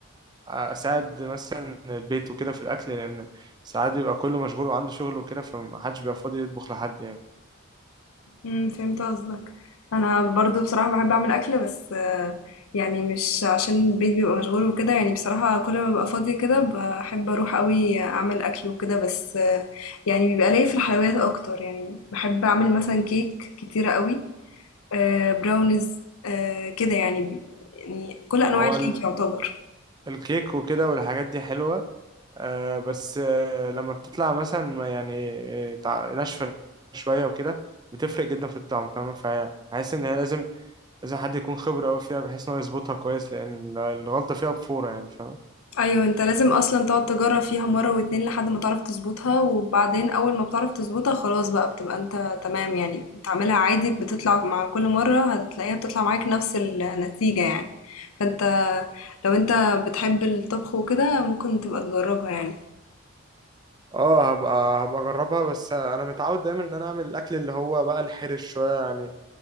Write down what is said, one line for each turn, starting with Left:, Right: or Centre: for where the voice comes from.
Right: آه، اساعد مثلا البيت وكده في الاكل لان ساعات بيبقى كله مشغول وعنده شغل وكده فمحدش بيبقى فاضي يطبخ لحد يعني
Left: إمم، فهمت قصدك. أنا برضه بصراحة باحب أعمل أكل بس آه، يعني مش عشان البيت بيبقى مشغول وكده، يعني بصراحة كل ما بابقى فاضية كده باحب أروح أوي أعمل أكل وكده، بس آه، يعني بيبقى ليّا في الحلويات أكتر، يعني باحب أعمل مثلًا كيك كتيرة أوي، آآ براونيز، آآ كده يعني ب يعني كل أنواع
Right: هو
Left: الكيك يعتبر.
Right: الكيك وكده والحاجات دي حلوة آه بس آه لما بتطلع مثلا ما يعني آه، تع- ناشفة شوية وكده بتفرق جدا في الطعم فاهمة فحاسس إن هي لازم لازم حد يكون خبرة أوي فيها بحيث إن هو يظبطها كويس لأن الغلطة فيها بفورة يعني فاهمة
Left: ايوه انت لازم اصلا تقعد تجرب فيها مره واتنين لحد ما تعرف تظبطها وبعدين اول ما بتعرف تظبطها خلاص بقى بتبقى انت تمام يعني بتعملها عادي بتطلع مع كل مره هتلاقيها بتطلع معاك نفس النتيجه يعني فانت لو انت بتحب الطبخ وكده ممكن تبقى تجربها يعني
Right: اه هبقى هبقى اجربها بس انا متعود دايما ان انا اعمل الاكل اللي هو بقى الحرش شويه يعني